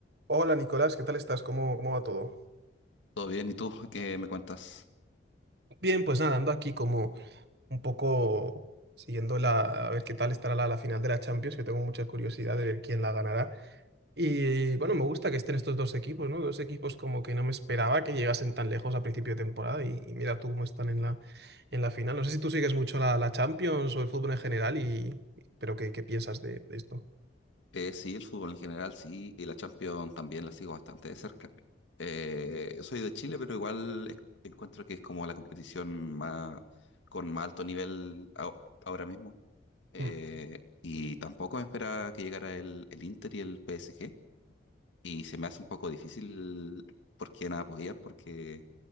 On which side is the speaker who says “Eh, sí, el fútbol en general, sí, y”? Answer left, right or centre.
Left